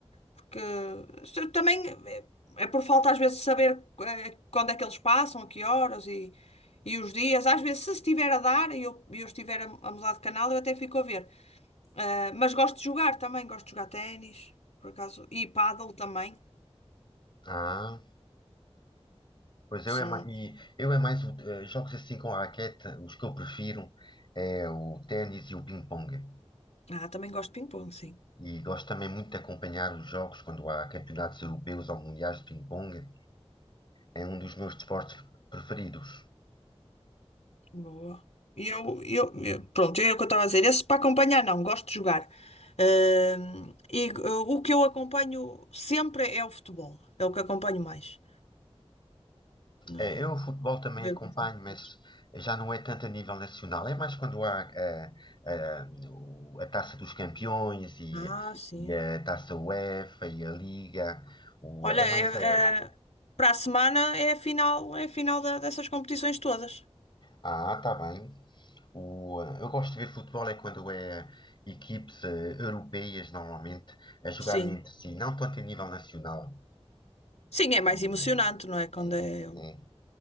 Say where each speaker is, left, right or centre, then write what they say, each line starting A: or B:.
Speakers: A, on the left (about 85°); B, on the left (about 45°).
A: porque se- também é, é por falta às vezes de saber eh, quando é que eles passam, a que horas e, e os dias. Às vezes, se estiver a dar e eu, e eu estiver a, a mudar de canal, eu até fico a ver. Eh, mas gosto de jogar também, gosto de jogar ténis, por acaso, e pádel também.
B: Ah, pois eu
A: São.
B: é mais, e eu é mais o- eh, jogos assim com a raquete, os que eu prefiro é o ténis e o ping-pong.
A: Ah, também gosto de ping-pong, sim.
B: E gosto também muito de acompanhar os jogos quando há campeonatos europeus ou mundiais de ping-pong. é um dos meus desportos preferidos.
A: Boa. E eu, eu, eu- pronto, é o que eu estava a dizer. Esse para acompanhar, não, gosto de jogar. Ahm, e ah, o que eu acompanho sempre é o futebol. É o que acompanho mais. Ah,
B: Eh, Eu o futebol também
A: ver-
B: acompanho,
A: os jogos.
B: mas já não é tanto a nível nacional. É mais quando há eh, eh, o- a, Taça dos Campeões e,
A: ah, sim.
B: e a Taça UEFA e a Liga. O,
A: Olha,
B: é mais
A: é,
B: a...
A: é- para a semana é a final, é a final da- dessas competições todas.
B: Ah, está bem. O, eh, eu gosto de ver futebol é quando é equipes eh, europeias, normalmente, a jogarem
A: Sim.
B: entre si, não tanto a nível nacional.
A: Sim, é mais
B: O,
A: emocionante, não é? Quando
B: é,
A: é.
B: é.